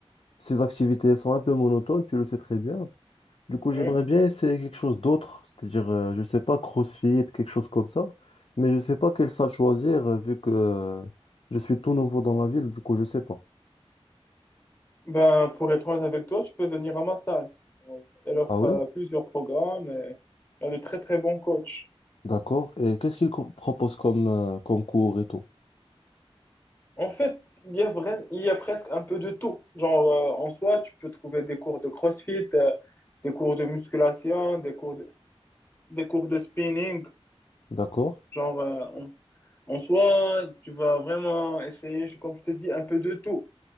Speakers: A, on the left; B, on the left.
A: ces activités elles sont un peu monotones, tu le sais très bien. Du coup,
B: Oui.
A: j'aimerais bien essayer quelque chose d'autre, c'est-à-dire, euh, je sais pas, CrossFit, quelque chose comme ça, mais je sais pas quelle salle choisir, euh, vu que euh, je suis tout nouveau dans la ville, du coup, je sais pas.
B: Ben, pour être honnête avec toi, tu peux venir à ma salle. Elle offre
A: Ah oui?
B: euh, plusieurs programmes et elle a de très, très bons coachs.
A: D'accord. Et qu'est-ce qu'ils co- proposent comme, euh, comme cours et tout?
B: En fait, il y a vrai- il y a presque un peu de tout. Genre, euh, en soi, tu peux trouver des cours de CrossFit, euh, des cours de musculation, des cours de, des cours de spinning.
A: D'accord.
B: Genre, euh, en, en soi, tu vas vraiment essayer, je- comme je te dis, un peu de tout.